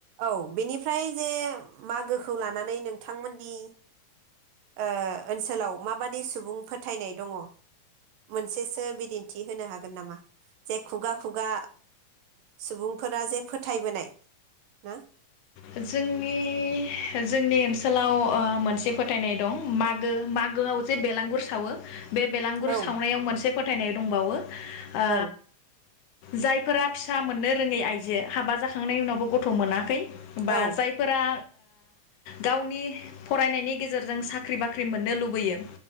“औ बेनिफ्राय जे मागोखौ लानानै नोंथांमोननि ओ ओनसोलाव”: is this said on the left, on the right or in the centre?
Right